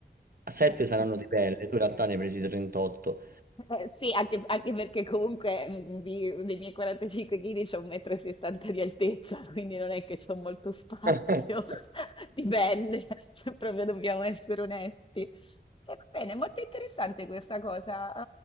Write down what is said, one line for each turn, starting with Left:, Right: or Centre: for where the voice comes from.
Right: 7
Left: <laughs>
Right: saranno di pelle, tu in realtà ne hai presi 38.
Left: Eh, sì, anche, anche perché comunque mm, di- dei miei 45 kg c'ho 1,60 m di altezza, <laughs> quindi non è che c'ho molto spazio
Right: <laughs>
Left: <laughs> di pelle, <laughs> se proprio dobbiamo essere onesti. Eh, va Bene, molto interessante questa cosa. eh,